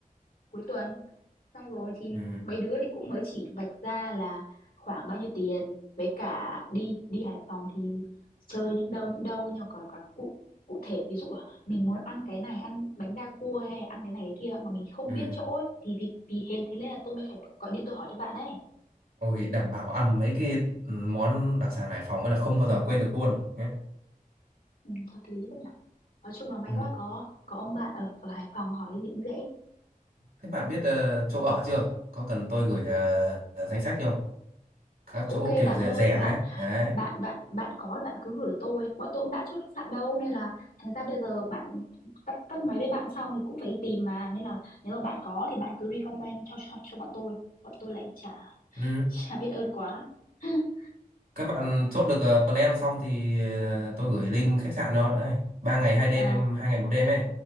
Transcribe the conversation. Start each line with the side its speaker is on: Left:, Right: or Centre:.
Left: cuối tuần xong rồi thì
Right: Ừ.
Left: mấy đứa thì cũng mới chỉ vạch ra là khoảng bao nhiêu tiền với cả đi đi Hải Phòng thì chơi những đâu những đâu nhưng mà còn còn cụ cụ thể ví dụ là mình muốn ăn cái này ăn bánh đa cua hay ăn cái này cái kia mà mình không
Right: Ừ.
Left: biết chỗ ấy, thì vì vì hên thế nên là tôi mới phải gọi, gọi điện tôi hỏi cho bạn đấy
Right: Ôi đảm bảo ăn mấy cái ừ, món đặc sản Hải Phòng ấy là không bao giờ quên được luôn nhé.
Left: ừ, hợp lý đấy nhỉ nói chung là may
Right: Ừ.
Left: quá có có ông bạn ở ở Hải Phòng hỏi cái gì cũng dễ
Right: Thế bạn biết ờ, chỗ ở chưa? Có cần tôi gửi ờ, ờ, danh sách không? Các
Left: ok
Right: chỗ kiểu
Left: bạn
Right: rẻ
Left: ơi
Right: rẻ
Left: bạn
Right: ấy. Đấy.
Left: bạn bạn bạn có bạn cứ gửi tôi bọn tôi cũng đã chốt khách sạn đâu nên là thành ra bây giờ bạn tắt tắt máy với bạn xong thì cũng phải đi tìm mà nên là nếu mà bạn có thì bạn cứ recommend cho cho, cho bọn tôi bọn tôi lại chả <laughs>
Right: Ừ.
Left: chả biết ơn quá <laughs>
Right: Các bạn chốt được ờ, plan xong thì ờ, tôi gửi link khách sạn đó. Đấy. Ba ngày hai đêm
Left: ờ
Right: em hai ngày một đêm ấy.